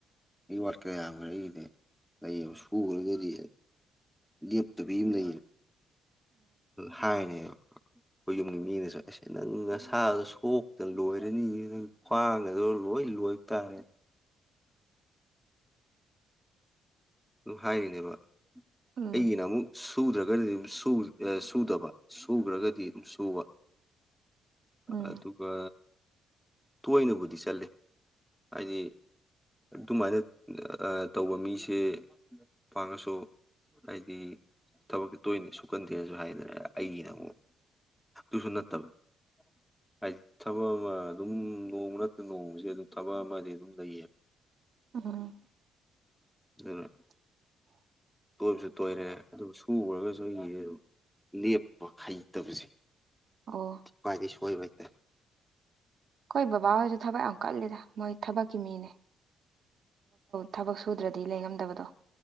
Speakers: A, in the centre; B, on the right.
A: ꯑꯩ ꯋꯥꯠꯀ ꯌꯥꯝꯈ꯭ꯔꯦ ꯑꯩꯒꯤꯅꯦ ꯂꯩ ꯑꯃ ꯁꯈ꯭ꯔꯒꯗꯤ ꯂꯦꯞꯇꯕꯤ ꯑꯃ ꯂꯩ ꯍꯥꯏꯅꯦꯕ
B: ꯍ <unintelligible> <inaudible>
A: ꯑꯩꯈꯣꯏ ꯌꯨꯝꯒꯤ ꯃꯤꯅ ꯆꯠꯂꯁꯦ ꯅꯪ ꯅꯁꯥꯗ ꯁꯣꯛꯇꯅ ꯂꯣꯏꯔꯅꯤ ꯅꯪ ꯈ꯭ꯋꯥꯡ ꯑꯗꯣ ꯂꯣꯏ ꯍꯣꯏꯇꯥꯔꯦ ꯑꯗꯨꯝ ꯍꯥꯏꯔꯤꯅꯦꯕ
B: ꯎꯝ
A: ꯑꯩꯒꯤꯅ ꯑꯃꯨꯛ ꯁꯨꯗ꯭ꯔꯒꯗꯤꯝ ꯁꯨꯗꯕ ꯁꯨꯈ꯭ꯔꯒꯗꯤ ꯑꯗꯨꯝ ꯁꯨꯕ
B: ꯎꯝ
A: ꯑꯗꯨꯒ ꯇꯣꯏꯅꯕꯨꯗꯤ ꯆꯠꯂꯦ ꯍꯥꯏꯗꯤ ꯑꯗꯨꯃꯥꯏꯅ ꯇꯧꯕ ꯃꯤꯁꯦ ꯐꯪꯉꯁꯨ ꯍꯥꯏꯗꯤ ꯊꯕꯛꯁꯤ ꯇꯣꯏꯅ ꯁꯨꯀꯟꯗꯦꯅꯁꯨ ꯍꯥꯏꯗꯔꯦ ꯑꯩꯒꯤꯅ ꯑꯃꯨꯛ ꯇꯨ ꯁꯅ ꯇꯕ <inaudible> ꯍꯥꯏꯗꯤ ꯊꯕꯛ ꯑꯃ ꯑꯗꯨꯝ ꯅꯣꯡꯃ ꯅꯠꯇꯦ ꯅꯣꯡꯃꯁꯦ ꯑꯗꯨꯝ ꯊꯕꯛ ꯑꯃꯗꯤ ꯑꯗꯨꯝ ꯂꯩꯌꯦꯕ
B: ꯎꯝ
A: ꯎꯝ <inaudible>
B: <unintelligible> <inaudible>
A: ꯇꯣꯏꯕꯁꯨ ꯇꯣꯏꯔꯦ ꯑꯗꯨꯒ ꯁꯨꯈꯨꯔꯒꯁꯨ ꯑꯩꯒꯤ ꯑꯗꯨ ꯂꯦꯞꯄ ꯍꯩꯇꯕꯁꯦ
B: ꯑꯣ
A: ꯈ꯭ꯋꯥꯏꯗꯒꯤꯩ ꯁꯣꯏꯕꯩ
B: ꯍꯣꯏ ꯕꯕꯥ ꯍꯣꯏꯗꯣ ꯊꯕꯛ ꯌꯥꯝ ꯀꯜꯂꯤꯗ ꯃꯣꯏ ꯊꯕꯛꯀꯤ ꯃꯤꯅꯦ ꯊꯕꯛ ꯁꯨꯗ꯭ꯔꯗꯤ ꯂꯩꯉꯝꯗꯕꯗꯣ